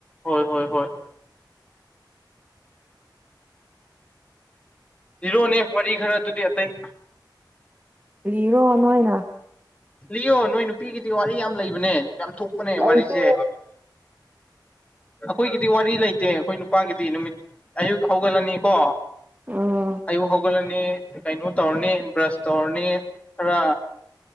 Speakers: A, on the left; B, on the right.
A: ꯍꯣꯏ ꯍꯣꯏ ꯍꯣꯏ ꯂꯤꯔꯛꯑꯣꯅꯦ ꯋꯥꯔꯤ ꯈꯔꯗꯨꯗꯤ ꯑꯇꯩ
B: ꯀꯔꯤꯅꯣ ꯅꯣꯏꯅ
A: ꯂꯤꯌꯣ ꯅꯣꯏ ꯅꯨꯄꯤꯒꯤꯗꯤ ꯋꯥꯔꯤ ꯌꯥꯝ ꯂꯩꯕꯅꯦ ꯌꯥꯝ ꯊꯣꯛꯄꯅꯦ
B: ꯂꯩꯇꯦ
A: ꯋꯥꯔꯤꯁꯦ ꯑꯩꯈꯣꯏꯒꯤꯗꯤ ꯋꯥꯔꯤ ꯂꯩꯇꯦ ꯑꯩꯈꯣꯏ ꯅꯨꯄꯥꯒꯤꯗꯤ ꯅꯨꯃꯤꯠ ꯑꯌꯨꯛ ꯍꯧꯒꯠꯂꯅꯤꯀꯣ
B: ꯎꯝ
A: ꯑꯌꯨꯛ ꯍꯧꯒꯠꯂꯅꯤ ꯀꯩꯅꯣ ꯇꯧꯔꯅꯤ ꯕ꯭ꯔꯁ ꯇꯧꯔꯅꯤ ꯈꯔ